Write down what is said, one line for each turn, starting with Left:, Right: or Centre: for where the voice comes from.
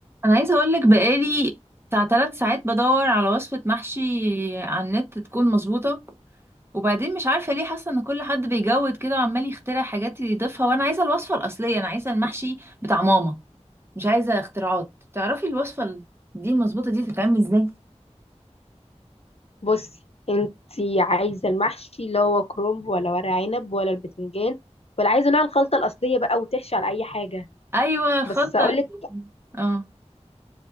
Right: انا عايزه اقول لك بقالي بتاع ثلاث ساعات بدور على وصفه محشي على النت تكون مظبوطه وبعدين مش عارفه ليه حاسه ان كل حد بيجود كده وعمال يخترع حاجات يضيفها وانا عايزه الوصفه الاصليه انا عايزه المحشي بتاع ماما مش عايزه اختراعات تعرفي الوصفه ال- دي المظبوطه دي تتعمل ازاي
Left: بصي انتي عايزه المحشي اللي هو كرنب ولا ورق عنب ولا البتنجان ولا عايزه نوع الخلطه الاصليه بقى وتحشي على اي حاجه
Right: ايوه الخطه
Left: بس اقول
Right: ال-
Left: لك
Right: اه